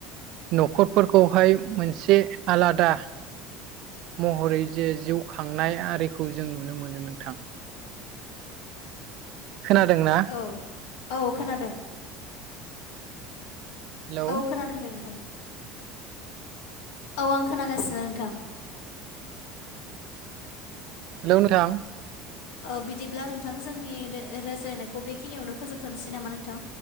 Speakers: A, on the right; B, on the left.
A: न'खरफोरखौहाय मोनसे आलादा महरै जे जिउ खांनाय आरिखौ जों नुनो मोनो नोंथां खोनादों ना
B: औ औ खोनादों
A: हेलौ
B: औ खोनादों दे नोंथां औ आं खोनागासिनो नोंथां
A: हेलौ नोंथां
B: बिदिब्ला नोंथां जोंनि रायज्लायनायखौ बेखिनियावनो फोजोबथ'नोसै नामा नोंथां